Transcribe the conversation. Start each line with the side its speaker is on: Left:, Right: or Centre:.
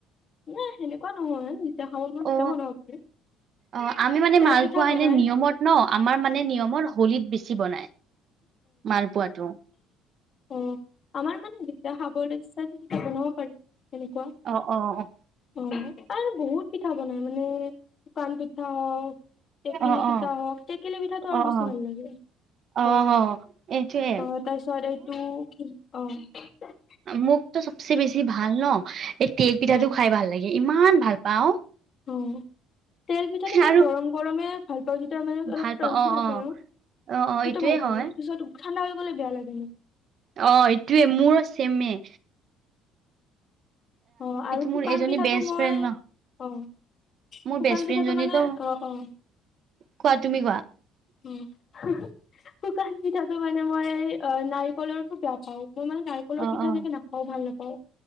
Left: নাই সেনেকুৱা নহয় যেতিয়া খাব মন
Right: অ
Left: তেতিয়া বনাব পাৰি।
Right: অ আমি মানে
Left: তেল
Right: মালপোৱা
Left: পিঠা বনাই
Right: এনে নিয়মত ন আমাৰ মানে নিয়মত হোলীত বেছি বেছি বনাই মালপোৱাটো
Left: অহ আমাৰ মানে যেতিয়া খাবলৈ ইচ্ছা তেতিয়া বনাব পাৰি এনেকুৱা
Right: অ', অ',
Left: অঁহ আৰু বহুত পিঠা বনাই মানে শুকান পিঠা হওঁক টেকেলি
Right: অ', অ',
Left: পিঠা হওঁক টেকেলি পিঠাটো
Right: অ',
Left: আৰু বেছি ভাল লাগে
Right: অ', অ',
Left: অহ
Right: অ', এইটোৱে।
Left: অহ তাৰপিছত এইটো কি অহ
Right: মোকটো চবচে বেছি ভাল ন এই তেল পিঠাটো
Left: অ'
Right: খাই ভাল লাগে ইমান ভাল পাওঁ
Left: অহ তিল পিঠাটো মই
Right: আৰু
Left: গৰম-গৰমে যে মানে অলপ
Right: ভাল
Left: ক্ৰঞ্চি
Right: পাওঁ অ',
Left: থাকে
Right: অ',
Left: আৰু সেইটো
Right: অ', অ', এইটোয়ে
Left: ভাল পাব
Right: হয়
Left: পিছত ঠাণ্ডা হৈ গলে বেয়া লাগে মোৰ
Right: অহ এইটোৱেই মোৰ চেমেই
Left: অহ আৰু শুকান
Right: মোৰ এজনী
Left: পিঠাটো
Right: বেষ্ট
Left: মই
Right: ফ্ৰেণ্ড ন
Left: অহ শুকান
Right: মোৰ বেষ্ট ফ্ৰেণ্ড
Left: পিঠাটো
Right: জনীতো
Left: মানে অহ অহ
Right: কোৱা তুমি কোৱা
Left: উম হুম শুকান পিঠাটো মানে মই অহ নাৰিকলৰটো বেয়া পাওঁ মই মানে নাৰিকলৰ
Right: অ',
Left: পিঠা
Right: অ',
Left: এনেকে নাখাওঁ ভাল নাপাওঁ